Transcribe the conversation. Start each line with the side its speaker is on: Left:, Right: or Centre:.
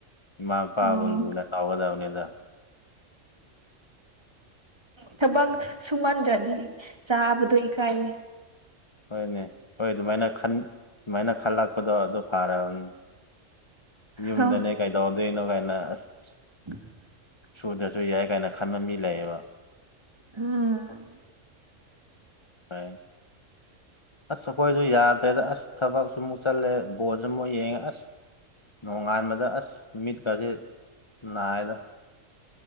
Left: ꯏꯃꯥ ꯃꯄꯥꯕꯨ
Right: ꯑꯣ
Left: ꯂꯨꯅ ꯇꯧꯒꯗꯕꯅꯤꯗ <inaudible>
Right: ꯊꯕꯛ ꯁꯨꯍꯟꯗ꯭ꯔꯗꯤ ꯆꯥꯕꯗꯣ ꯏꯀꯥꯏꯌꯦ
Left: ꯍꯣꯏꯅꯦ ꯍꯣꯏ ꯑꯗꯨꯃꯥꯏꯅ ꯑꯗꯨꯃꯥꯏꯅ ꯈꯜꯂꯛꯄꯗꯣ ꯑꯗꯨ ꯐꯔꯕꯅꯦ ꯌꯨꯝꯗꯅꯦ
Right: ꯍ
Left: ꯀꯩꯗꯧꯗꯣꯏꯅꯣ ꯀꯥꯏꯅ ꯑꯁ
Right: <unintelligible>
Left: ꯁꯨꯗ꯭ꯔꯁꯨ ꯌꯥꯏ ꯀꯥꯏꯅ ꯈꯟꯕ ꯃꯤ ꯂꯩꯑꯕ
Right: ꯎꯝ
Left: ꯍꯣꯏ ꯑꯁ ꯑꯩꯈꯣꯏꯁꯨ ꯌꯥꯗ꯭ꯔꯦꯗ ꯑꯁ ꯊꯕꯛꯁꯨꯃꯨꯛ ꯆꯠꯂꯦ ꯕꯣꯔꯁꯨ ꯑꯃꯨꯛ ꯌꯦꯡꯉꯦ ꯑꯁ ꯅꯣꯡꯉꯥꯟꯕꯗ ꯑꯁ ꯅꯨ ꯃꯤꯠ ꯀꯁꯤꯦ ꯅꯥꯏꯗ